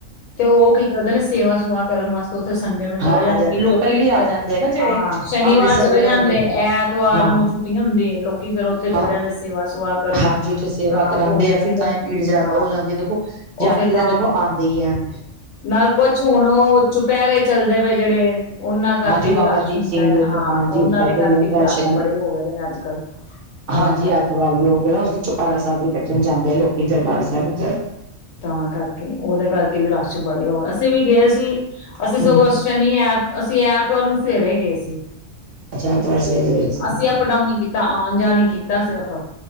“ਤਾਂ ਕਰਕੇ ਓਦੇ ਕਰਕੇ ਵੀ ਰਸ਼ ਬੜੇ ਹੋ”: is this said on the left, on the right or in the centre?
Left